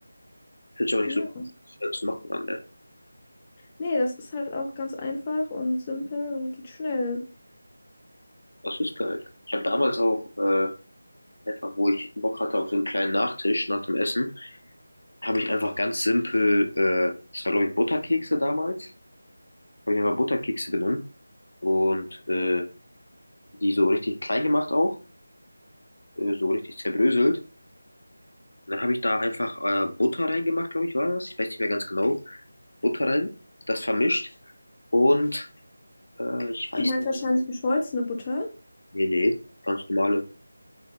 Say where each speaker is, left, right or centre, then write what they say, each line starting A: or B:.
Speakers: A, on the left (about 75°); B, on the left (about 20°).
A: Hört sich auch nicht
B: Ja.
A: so schwer zu machen an, ne?
B: Nee, das ist halt auch ganz einfach und simpel und geht schnell.
A: Das ist geil. Ich habe damals auch äh, einfach, wo ich Bock hatte auf so einen kleinen Nachtisch nach dem Essen, habe ich einfach ganz simpel, äh, das war glaube ich Butterkekse damals, habe ich einfach Butterkekse genommen und äh, die so richtig klein gemacht auch, äh, so richtig zerbröselt. Und dann habe ich da einfach äh, Butter reingemacht, glaube ich, war das. Ich weiß nicht mehr ganz genau. Butter rein, das vermischt und äh, ich weiß,
B: Du meinst wahrscheinlich geschmolzene Butter?
A: nee, nee, ganz normale,